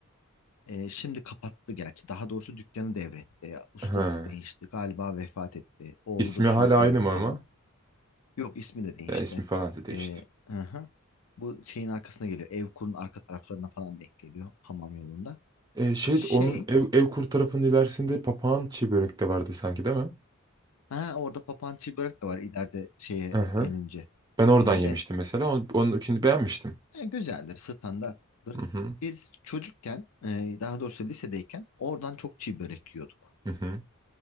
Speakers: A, on the left; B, on the right.
A: E, şimdi kapattı gerçi. Daha doğrusu dükkanı devretti. Ustası
B: Ha.
A: değişti. Galiba vefat etti. Oğlu
B: İsmi
A: da sürdüremedi
B: hala aynı mı ama?
A: falan. Yok ismi de değişti.
B: Ya ismi falan da değişti.
A: E, hı hı. Bu şeyin arkasına geliyor. Evkur'un arka taraflarına falan denk geliyor hamam yolunda.
B: E, şey
A: Şey,
B: onun ev, Evkur tarafının ilerisinde papağan çiğ börek de vardı sanki değil mi?
A: ha orada papağan börek de var ileride şeye
B: Hı hı.
A: gelince.
B: Ben oradan
A: E,
B: yemiştim
A: de
B: mesela. Onu, onunkini beğenmiştim.
A: e, güzeldir, standarttır.
B: Hı hı.
A: Biz çocukken, e, daha doğrusu lisedeyken oradan çok çiğ börek yiyorduk.
B: Hı hı.